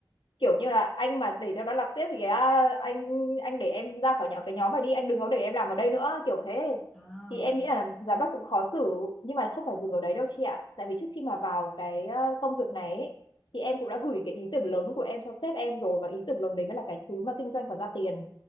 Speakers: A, on the left; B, in the centre.
A: kiểu như là anh mà để cho nó làm tiếp thì cái, à, anh anh để em ra khỏi nhỏ cái nhóm này đi anh đừng có để em làm ở đây nữa kiểu thế
B: à
A: thì em
B: vậy
A: nghĩ
B: là
A: là giám đốc cũng khó xử nhưng mà không phải dừng ở đấy đâu chị ạ tại vì trước khi mà vào cái ờ, công việc này ấy, thì em cũng đã gửi cái ý tưởng lớn của em cho sếp em rồi và ý tưởng lớn đấy mới là cái thứ mà kinh doanh và ra tiền